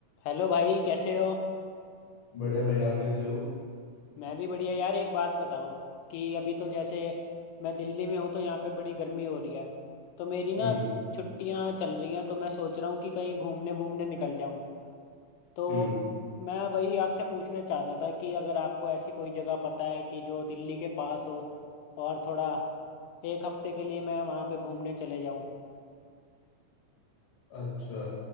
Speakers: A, on the left; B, on the left.
A: हेलो भाई कैसे हो
B: बढ़िया भाई आप कैसे हो
A: मैं भी बढ़िया यार एक बात बताओ कि अभी तो जैसे मैं दिल्ली में हूँ तो यहाँ पे बड़ी गर्मी हो रही है तो मेरी ना
B: हम्म
A: छुट्टियाँ चल रही हैं तो मैं सोच रहा हूँ कि कहीं घूमने वूमने निकल जाऊँ तो
B: हम्म
A: मैं वही आपसे पूछना चाहता था कि अगर आपको ऐसी कोई जगह पता है कि जो दिल्ली के पास हो और थोड़ा एक हफ्ते के लिए मैं वहाँ पे घूमने चले जाऊँ
B: अच्छा